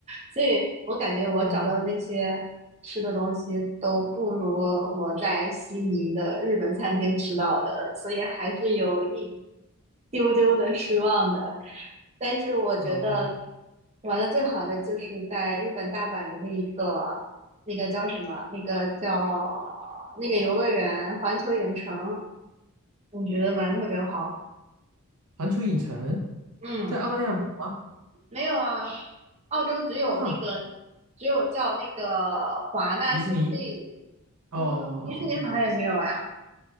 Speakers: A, on the right; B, on the right.
A: 所以我感觉我找到的那些吃的东西都不如我在悉尼的日本餐厅吃到的，
B: 嗯
A: 所以还是有一丢丢的失望的。但是我觉得
B: 呃，
A: 玩的最好的就是在日本大阪的那一个，那个叫什么？那个叫那个游乐园环球影城，我觉得玩的特别好。
B: 环球影城
A: 嗯。
B: 在澳大利亚没有吗？
A: 没有啊，澳洲只有那个，
B: 哈，
A: 只有叫那个华纳兄弟，
B: 迪士尼哦
A: 嗯，迪士尼好像也没有呀、